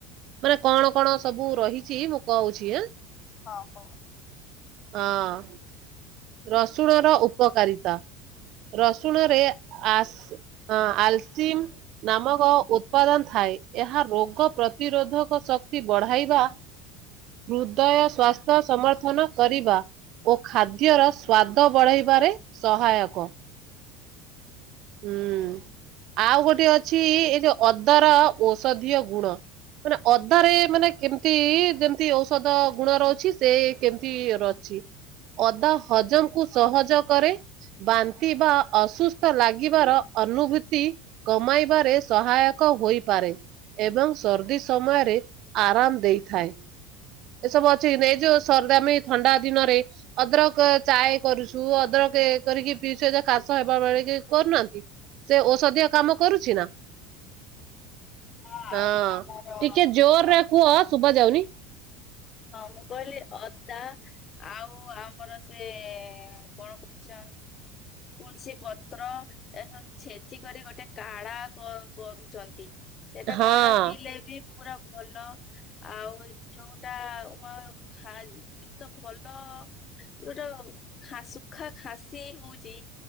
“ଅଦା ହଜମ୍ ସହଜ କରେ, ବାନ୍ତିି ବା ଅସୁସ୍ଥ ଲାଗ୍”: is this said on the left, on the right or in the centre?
Right